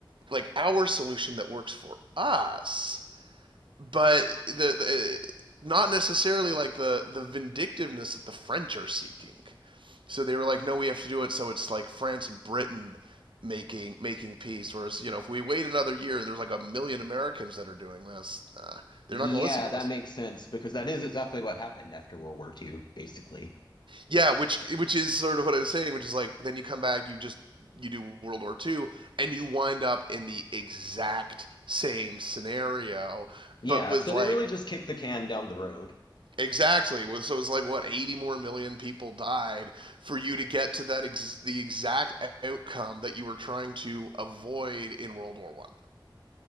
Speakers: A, on the right; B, on the left.
A: like our solution that works for us but the, the not necessarily like the the vindictiveness that the French are seeking. So they were like, no, we have to do it. So it's like France and Britain making making peace. Whereas you know, if we wait another year, there's like a million Americans that are doing this. Uh, they're
B: Yeah,
A: not going to listen to
B: that
A: us.
B: makes sense because that is exactly what happened after World War Two, basically.
A: Yeah, which which is sort of what I was saying, which is like then you come back, you just you do World War Two, and you wind up in the exact same scenario,
B: Yeah,
A: but with
B: so
A: like
B: they really just kicked the can down the road.
A: Exactly. Well, So it's like what eighty more million people died for you to get to that ex- the exact outcome that you were trying to avoid in World War One.